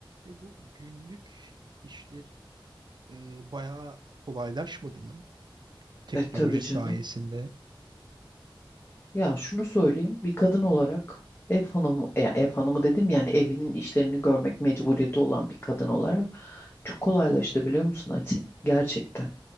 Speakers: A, on the right (about 55°); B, on the left (about 25°).
A: Ya bu günlük işler e, bayağı kolaylaşmadı mı teknoloji
B: E tabii canım.
A: sayesinde?
B: Ya şunu söyleyeyim. Bir kadın olarak ev hanımı, ya ev hanımı dedim yani evinin işlerini görmek mecburiyeti olan bir kadın olarak çok kolaylaştı biliyor musun Ati? Gerçekten.